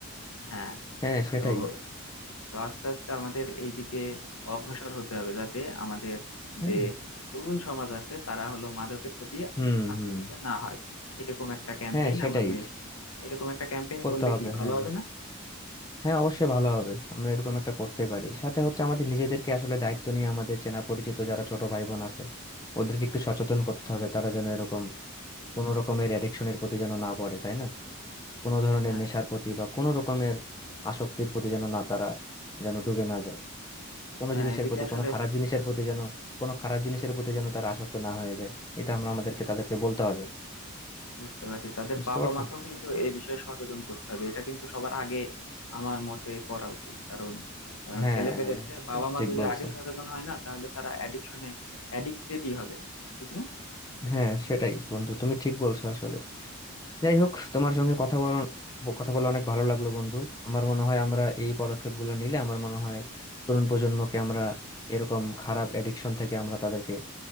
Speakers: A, on the left; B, on the left.
A: হ্যাঁ
B: হ্যাঁ সেটাই
A: তো তো আস্তে আস্তে আমাদের এই দিকে অগ্রসর হতে হবে যাতে আমাদের
B: হ্যাঁ
A: যে তরুণ সমাজ আছে তারা হলো মাদকের প্রতি
B: হুম
A: আকৃষ্ট
B: হুম
A: না হয় এরকম একটা ক্যাম্পেইন
B: হ্যাঁ সেটাই
A: আমাদের এরকম একটা ক্যাম্পেইন
B: করতে
A: করলে
B: হবে
A: কি ভালো
B: হ্যাঁ
A: হবে না
B: হ্যাঁ অবশ্যই ভালো হবে আমরা এরকম একটা করতে পারি সাথে হচ্ছে আমাদের নিজেদেরকে আসলে দায়িত্ব নিয়ে আমাদের চেনা পরিচিত যারা ছোট ভাই বোন আছে ওদেরকে একটু সচেতন করতে হবে তারা যেন এরকম কোনো রকমের অ্যাডিকশনের প্রতি যেন না পড়ে তাই না কোনো ধরনের
A: হ্যাঁ
B: নেশার প্রতি বা কোনো রকমের আসক্তির প্রতি যেন না তারা যেন ডুবে না যায় কোনো
A: হ্যাঁ
B: জিনিসের
A: এদিকে
B: প্রতি
A: আসলে
B: কোনো খারাপ জিনিসের প্রতি যেন কোনো খারাপ জিনিসের প্রতি যেন তারা আসক্ত না হয়ে যায় এটা আমরা আমাদেরকে
A: হ্যাঁ
B: তাদেরকে বলতে হবে
A: বুঝতে পারছি তাদের
B: বুঝতে
A: বাবা
B: পারছো
A: মাকেও কিন্তু এই বিষয়ে সচেতন করতে হবে এটা কিন্তু সবার আগে আমার মতে করা উচিত কারণ আহ,
B: হ্যাঁ
A: ছেলে পেলে
B: হ্যাঁ
A: চেয়ে বাবা মা
B: ঠিক
A: যদি
B: বলছো
A: আগে সচেতন হয় না তাহলে তারা অ্যাডিকশনে অ্যাডিক্টেডই হবে না ঠিক না
B: হ্যাঁ সেটাই বন্ধু তুমি ঠিক বলছো আসলে যাই হোক তোমার সঙ্গে কথা বল কথা বলে অনেক ভালো লাগলো বন্ধু আমার মনে হয় আমরা এই পদক্ষেপগুলো নিলে আমার মনে হয় তরুণ প্রজন্মকে আমরা এরকম খারাপ এডিকশন থেকে আমরা তাদেরকে